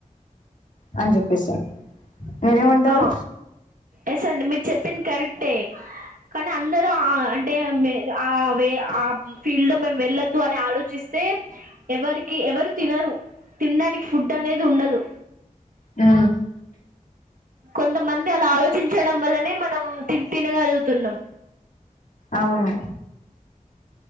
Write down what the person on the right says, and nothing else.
ఆ ఎస్ అండి మీరు చెప్పింది కరెక్టే కానీ అందరు ఆ అంటే ఆ వే ఆ ఫీల్డ్ లో మేము వెళ్ళద్దు అని ఆలోచిస్తే ఎవరికి ఎవరు తినరు తినడానికి ఫుడ్ అనేది ఉండదు.
కొంతమంది అలా ఆలోచించడం వల్లనే మనం తిని తినగలుగుతున్నాం.